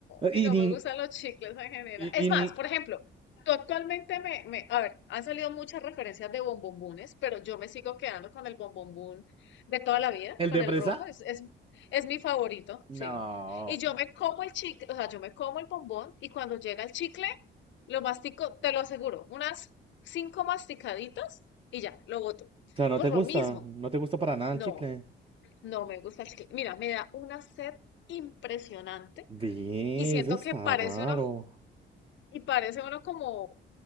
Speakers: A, on the left; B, on the right.
A: y
B: Y
A: no
B: ni,
A: me gustan los chicles en general.
B: y,
A: Es
B: y
A: más,
B: ni,
A: por ejemplo, tú actualmente me, me, a ver, han salido muchas referencias de bombombones, pero yo me sigo quedando con el bombombón de toda la vida,
B: ¿el
A: con
B: de
A: el
B: fresa?
A: rojo, es, es, es mi favorito,
B: No.
A: sí. Y yo
B: O
A: me como el chicle, o sea, yo me como el bombón y cuando llega el chicle, lo mastico, te lo aseguro, unas cinco masticaditas y ya, lo boto.
B: sea, no
A: Por
B: te
A: lo
B: gusta,
A: mismo,
B: no te gusta para nada
A: no,
B: el chicle.
A: no me gusta el chicle. Mira, me da una sed impresionante
B: Ve,
A: y siento
B: eso está
A: que parece
B: raro.
A: uno, y parece uno como,